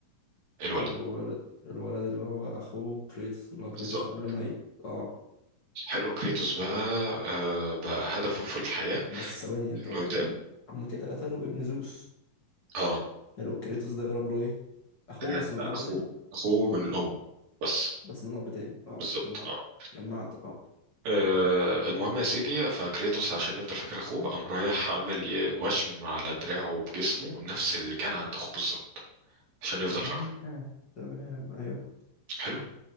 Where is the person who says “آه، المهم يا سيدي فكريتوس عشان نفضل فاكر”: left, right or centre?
Right